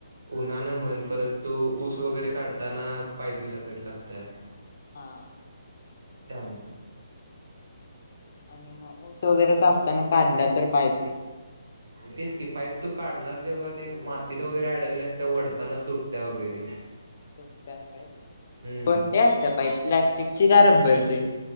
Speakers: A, on the right; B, on the left.
A: उन्हान म्हण परत तू ऊस वगैरे काढताना पाईपीला कट लागतात.
B: हा.
A: त्यामुळे.
B: आणि मग ऊस वगैरे कापताना काढलं तर पाईप? -
A: तीच की पााइप तू- काढणार जेव्हा ते मातीत वगैरे अडकले असते ओढताना तुटत्या वगैरे.
B: त असत
A: हम्म
B: कोणती असत्या पाईप प्लॅस्टिकची का रब्बरची?